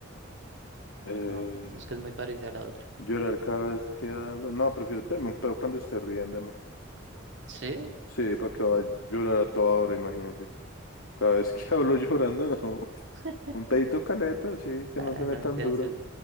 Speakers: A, on the left; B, on the right.
A: Eh...
B: No, es que es muy parecida a la otra.
A: Llorar cada vez que hablo. No, prefiero tenerme un pedo cuando esté riéndome.
B: ¿Sí?
A: Sí, para que vaya a llorar a toda hora, imagínese. Cada vez que <laughs> hablo llorando, no.
B: <laughs>
A: Un pedito caleto, así que
B: Ah,
A: no suene
B: no,
A: tan
B: mentiras,
A: duro.
B: es-